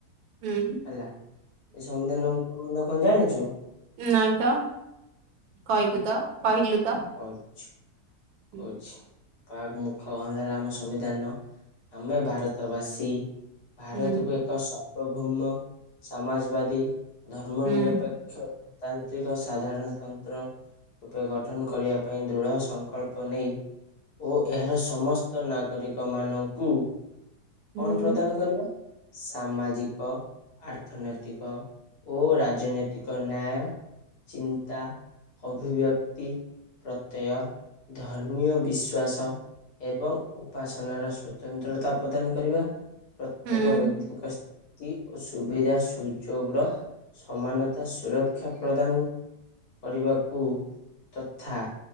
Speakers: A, on the right; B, on the left.
A: ହୁଁ
B: ହେଲା ଏ ସମ୍ବିଧାନର ମୁଖ ମଣ୍ଡ କଣ ଜାଣିଛୁ?
A: ନା ତ, କହିବୁ ତ, କହିଲୁ ତ?
B: ଅଛି
A: ହୁଁ
B: କହୁଛି ବାହା ମୁଖ ଗନ୍ଧ ହେଲା ଆମ ସମ୍ବିଧାନର ଆମେ ଭାରତବାସୀ। ଭାରତକୁ
A: ହୁଁ
B: ଏକ ସର୍ବଭୌମ ସମାଜବାଦୀ ଧର୍ମ
A: ହୁଁ
B: ନିରପେକ୍ଷ, ତାନ୍ତ୍ରିକ ସାଧାରଣତନ୍ତ୍ର। ରୂପେ ଗଠନ କରିବା ପାଇଁ, ଦୃଢ଼ ସଂକଳ୍ପ ନେଇ ଓ ଏହାର ସମସ୍ତ ନାଗରିକମାନଙ୍କୁ କୁ
A: ହୁଁ
B: କଣ ପ୍ରଦାନ କରିବା ସାମାଜିକ। ସାମାଜିକ ଓ ଆର୍ଥନୈତିକ ଓ ରାଜନୈତିକ ନ୍ୟାୟ ଚିନ୍ତା, ଅଭିବ୍ୟକ୍ତି, ପ୍ରତ୍ୟୟ ଧର୍ମୀୟ ବିଶ୍ୱାସ ଏବଂ ଉପାସନାର ସ୍ୱତନ୍ତ୍ରତା ପ୍ରଦାନ କରିବା ପ୍ରତ୍ୟେକ
A: ହୁଁ
B: ବ୍ୟକ୍ତିଙ୍କ ଉଁ ସୁବିଧା ସୁଯୋଗର ସମାନତା ସୁରକ୍ଷା ପ୍ରଦାନ। କରିବାକୁ ତଥା